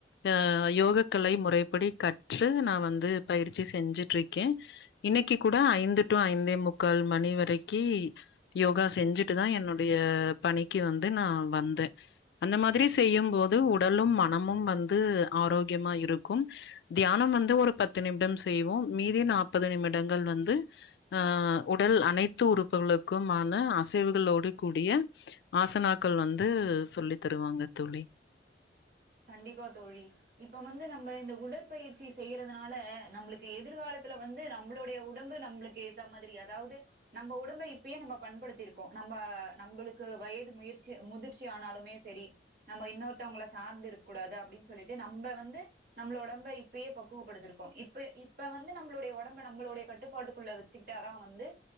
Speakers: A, on the left (about 70°); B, on the right (about 50°).
A: அ யோகக்களை முறைப்படி கற்று நா வந்து பயிற்சி செஞ்சுட்டு இருக்கே இன்னைக்கு கூட ஐந்து டு ஐந்தே முக்கால் மணி வரைக்கு யோகா செஞ்சுட்டு தா என்னுடைய பணிக்கு வந்து நா வந்தே அந்த மாதிரி செய்யும் போது உடலும் மனமும் வந்து ஆரோக்கியமா இருக்கும் தியானம் வந்து ஒரு பத்து நிமிடம் செய்வோம் மீதி நாற்பது நிமிடங்கள் வந்து ஆ உடல் அனைத்து உறுப்புகளுக்கும் முக்குமான அசைவுகளோடு கூடிய ஆசனாக்கள் வந்து சொல்லி தருவாங்க தோழி
B: கண்டிப்பா தோழி இப்ப வந்து நம்ம இந்த உடற்பயிற்சி செய்யுறதுனால நம்மளுக்கு எதிர்காலத்ல வந்து நம்மளுடைய உடம்பு நம்மளுக்கு ஏத்த மாதிரி அதாவது நம்ம உடம்பை இப்பயே நம்ம பண்படுத்திருக்கோ நம்ம நம்மளுக்கு வயது முயற்சி முதிர்ச்சி ஆனாலுமே சரி நம்ம இன்னோருத்தவங்கள சார்ந்து இரு கூடாது அப்டின்னு சொல்லிட்டு நம்ம வந்து நம்மள உடம்ப இப்பயே பக்குவப்படுத்திருக்கோ இப்ப இப்ப வந்து நம்மளுடைய ஒடம்ப நம்மளுடைய கட்டுப்பாட்டுக்குள்ள வச்சுக்கிட்டாதா வந்து